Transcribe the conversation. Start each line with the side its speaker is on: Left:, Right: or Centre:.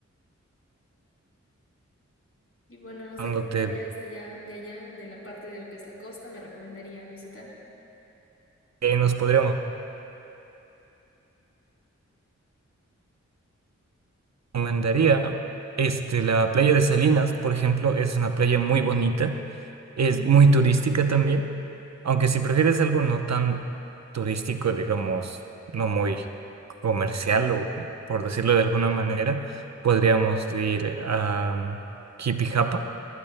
Left: Y bueno, no sé
Right: cuando
Left: qué playas
Right: te...
Left: allá, de allá, de la parte de lo que es la costa, me recomendarías visitar.
Right: eh, nos podríamos... recomendaría este, la playa de Salinas, por ejemplo, es una playa muy bonita, es muy turística también, aunque si prefieres algo no tan turístico, digamos, no muy comercial o por decirlo de alguna manera, podríamos ir a mm, Jipijapa,